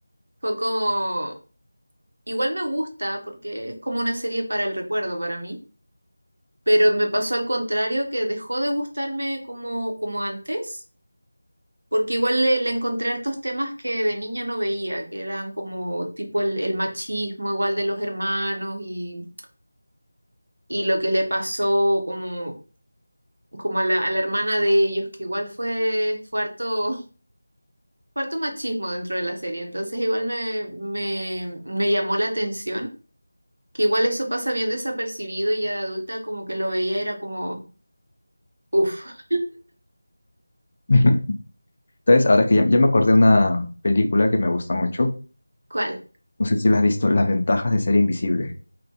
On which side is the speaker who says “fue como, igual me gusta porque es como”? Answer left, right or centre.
Right